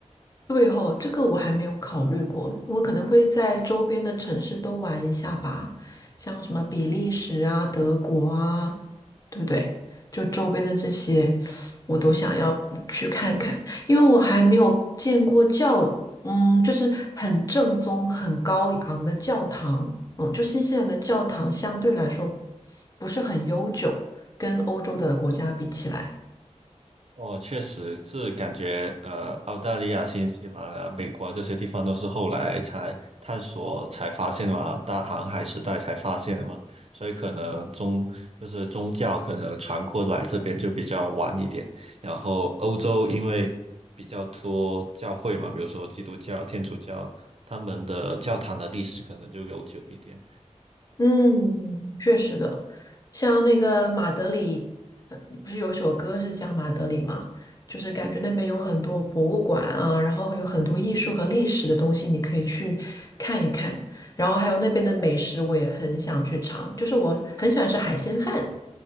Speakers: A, on the left; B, on the right.
A: 对哦，这个我还没有考虑过，我可能会在周边的城市都玩一下吧，像什么比利时啊、德国啊，对不对？就周边的这些，我都想要去看看，因为我还没有见过教，嗯，就是很正宗、很高昂的教堂，嗯，就新西兰的教堂相对来说不是很悠久，跟欧洲的国家比起来。
B: 哦，确实是感觉，呃，澳大利亚、新西兰啊、美国啊这些地方都是后来才探索、才发现的嘛，大航海时代才发现的嘛，所以可能宗就是宗教可能传过来这边就比较晚一点。然后欧洲因为比较多教会嘛，比如说基督教、天主教，他们的教堂的历史可能就悠久一点。
A: 嗯，确实的，像那个马德里，呃，不是有一首歌是讲马德里吗？就是感觉那边有很多博物馆啊，然后有很多艺术和历史的东西，你可以去看一看。然后还有那边的美食，我也很想去尝，就是我很喜欢吃海鲜饭。